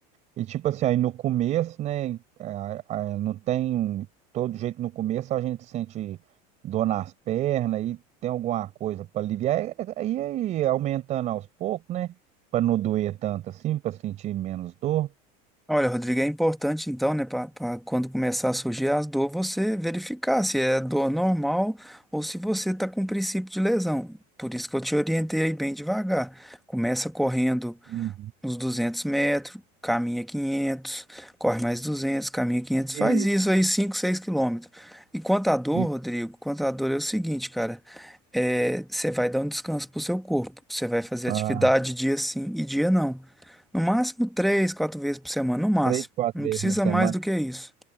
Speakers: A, on the right; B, in the centre.
A: E tipo assim, aí no começo, né, a- a- não tem um, todo jeito no começo, a gente sente dor nas pernas e tem alguma coisa para aliviar, é, é, aí, aí aumentando aos poucos, né, para não doer tanto assim, para sentir menos dor.
B: Olha, Rodrigo, é importante então, né, para quando começar a surgir as dor, você verificar se é dor normal ou se você está com princípio de lesão. Por isso que eu te orientei aí bem devagar. Começa correndo
A: Uhum.
B: uns 200 metros, caminha 500, corre mais 200, caminha 500,
A: E,
B: faz isso aí 5, 6 quilômetros. E quanto à dor,
A: e
B: Rodrigo, quanto à dor é o seguinte, cara, é, você vai dar um descanso pro seu corpo, você vai fazer
A: ah,
B: atividade dia sim e dia não. No máximo 3, 4 vezes por semana, no máximo.
A: três, quatro
B: Não
A: vezes
B: precisa
A: na semana.
B: mais do que isso,